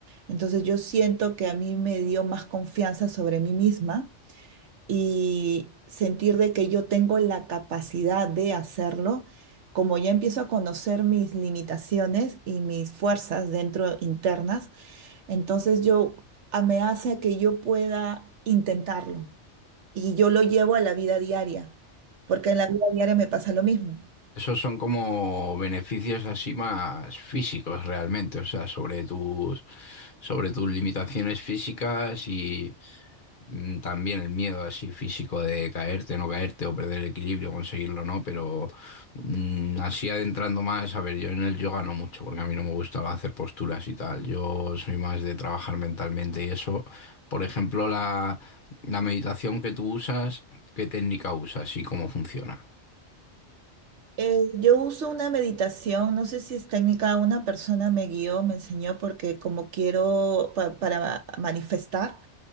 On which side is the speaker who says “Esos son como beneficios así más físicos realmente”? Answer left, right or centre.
Left